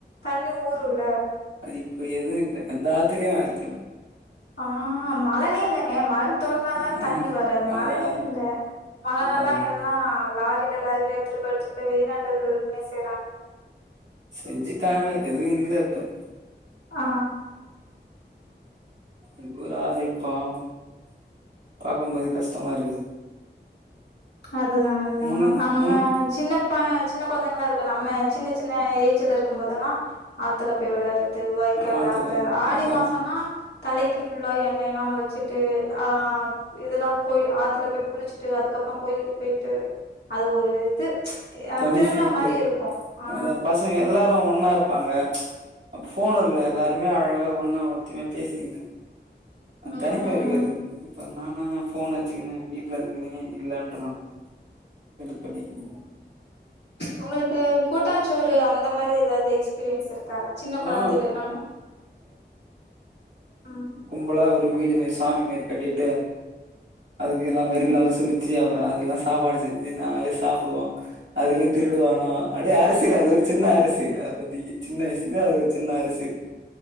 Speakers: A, on the left; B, on the right.
A: தண்ணி ஊருல்ல
B: அது இப்ப எதூ இல்ல எந்த ஆத்துலயு வரதில்ல
A: ஆ மலலே இல்லங்க மலன் தோட்னாதான
B: ஆ
A: தண்ணி வரு
B: அதா
A: மலனே இல்ல மலனெல்லா
B: அதா
A: எல் எல்லா லாரில லாரில எடுத்துட்டு போய் எடுத்துட்டு போய் வெளிநாட்டுக்கு விற்பனை செய்றாங்க
B: செஞ்சுட்டாங்க எதூ இல்ல இப்ப
A: ஆ
B: எங்க ஊரு ஆறே பாவோ பாக்கம்போதே கஷ்டமா இருக்குது
A: அதுதா அதுதா
B: முன்ன
A: நம்ம
B: முன்
A: சின்னப்பா சின்ன கொழந்தைங்கலா இருக்கு நம்ம சின்ன சின்ன ஏஜுல இருக்கும் போதெல்லா ஆத்துல போய் வெளாடுறது வாய்க்கால
B: ஆத்துல
A: அந்த ஆடி
B: அதா
A: மாசோன்னா தலைக்கு ஃபுல்லா எண்ணெலா வச்சுட்டு ஆ இதெல்லா கோயில் ஆத்துல போய் குளிச்சுட்டு அதுக்கப்றோ கோயிலுக்கு போய்ட்டு அது ஒரு இது யா
B: தனி
A: திருவிழா
B: ஃபீல்
A: மாரி இருக்கு ஆ
B: அதா பசங்க எல்லாரு ஒன்னா இருப்பாங்க அப்ப ஃபோன் இல்ல எல்லாருமே அழகா ஒன்னா ஒத்தும்யா பேசிகினு அந்
A: ம்,
B: தனிம
A: ம்.
B: இருக்காது இப்ப நானா ஃபோன் வச்சுக்கினு வீட் ட்ல இர்ந்துகினே இல்லன்றாங்க கடுப்படிக்குதுங்க
A: ஒங்களுக்கு கூட்டாச்சோறு அந்த மாரி ஏதாவது எக்ஸ் கிரியன்ஸ் இருக்கா சின்ன கொழந்தேல
B: ஆ
A: நம்ம ம்
B: கும்புலா ஒரு வீடு மாரி சாமி மாரி கட்டிட்டு அதுக்கு எல்லா வரிலா
A: ம்
B: வசூலிச் த்தி அவுரா அதெல்லா சாப்பாடு செஞ்சு நாங்களே சாப்புடுவோ அதுலே திருடுவானோ அடே அரசியல் அது ஒரு சின்ன அரசியல் அப்பத்தக்கி சின்ன வய்சு என்ன ஒரு சின்ன அரசியல்